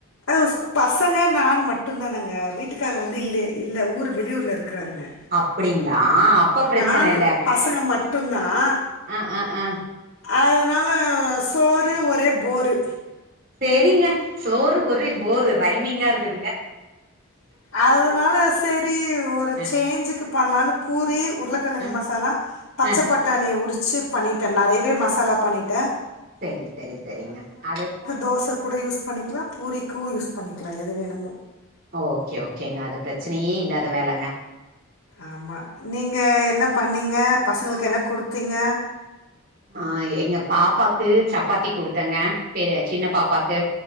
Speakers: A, on the left; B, on the right.
A: குஸ் பசங்க நான் மட்டுந்தானங்க வீட்டுக்காரு வந்து இல்லே இல்ல ஊர் வெளியூர்ல இருக் க்கறாருங்க
B: அப்டிங்களா அப்ப பிரச்சன
A: நானு
B: இல்ல
A: பசங்க மட்டுந்தான்
B: ஆ ஆ ஆ
A: அத னால சோறு ஒரே போரு
B: செரிங்க சோறு ஒரே போரு ரைமிங்கா இருக்கு
A: அதனால செரி ஒரு
B: அ
A: ச்சேஞ்சுக்கு பண்லானு பூரி உர்ளக்கழங்கு
B: அ
A: மசாலா பச்சப்
B: அ
A: பட்டாணிய உரிச் சு பண்ணிட்ட நறையவே மசாலா பண்ணிட்டே
B: செரி செரி செரிங்க அது
A: தோசை கூட யூஸ் பண்ணிக்லா பூரிக்கு யூஸ் பண்ணிக்லா எது வேணுமோ
B: ஓகே ஓகேங்க அது பிரச்சனையே இல்லாத வேலங்க
A: ஆமா நீங்க என்ன பண்ணீங்க பசங்களுக்கு என்ன குடுத் திங்க
B: ஆ எங்க பாப்பாக்கு சப்பாத்தி குடுத்தங்க பெரிய சின்ன பாப்பாக்கு